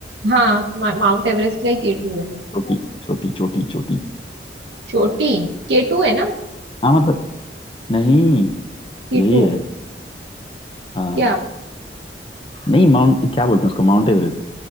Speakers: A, on the right (about 80°); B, on the left (about 30°).
A: हाँ मा- माउंट एवरेस्ट का ही केटू है
B: छोटी छोटी छोटी छोटी
A: चोटी केटू है ना
B: हाँ मतलब नहीं
A: केटू
B: यही है हाँ
A: क्या
B: नहीं माउंट क्या बोलते हैं उसको माउंट एवरेस्ट